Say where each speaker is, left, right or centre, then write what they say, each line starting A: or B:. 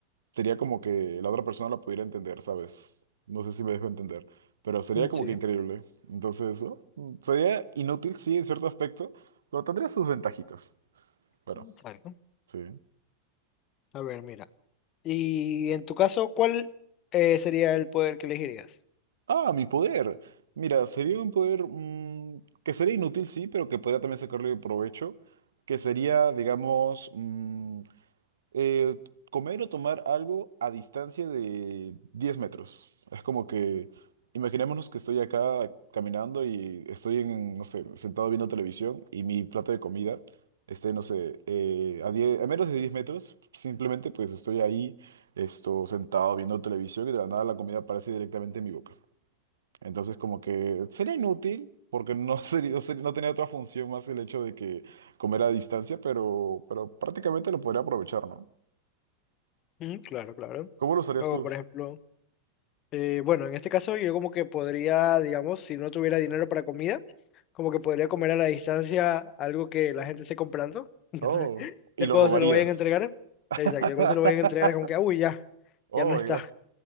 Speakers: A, on the right; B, on the left.
A: sería como que la otra persona la pudiera entender, ¿sabes? No sé si me dejo entender, pero sería
B: Mm,
A: como
B: Sí,
A: que increíble. Entonces, ¿no? Mm, Sería inútil, sí, en cierto aspecto, pero tendría sus ventajitas. Pero,
B: exacto.
A: sí.
B: A ver, mira. Y en tu caso, ¿cuál eh, sería el poder que elegirías?
A: Ah, mi poder. Mira, sería un poder mm, que sería inútil, sí, pero que podría también sacarle provecho, que sería, digamos, mm, eh, comer o tomar algo a distancia de 10 metros. Es como que, imaginémonos que estoy acá caminando y estoy en, no sé, sentado viendo televisión y mi plato de comida esté, no sé, eh, a 10 a menos de 10 metros, simplemente pues estoy ahí, esto, sentado viendo televisión y de la nada la comida aparece directamente en mi boca. Entonces, como que sería inútil, porque no <laughs> sería, no sería- no tenía otra función más el hecho de que comer a distancia, pero, pero prácticamente lo podría aprovechar, ¿no?
B: Mm, claro, claro.
A: ¿Cómo lo usarías
B: O,
A: tú?
B: por ejemplo. Eh, bueno, en este caso yo como que podría, digamos, si no tuviera dinero para comida, como que podría comer a la distancia algo que la gente esté comprando. <laughs> Entonces,
A: Oh, y
B: ya
A: lo
B: cuando
A: robarías.
B: se lo vayan a entregar,
A: <laughs>
B: exacto, ya cuando se lo vayan a entregar es como que, "Ah, uy, ya,
A: Oh,
B: ya no está.
A: my God.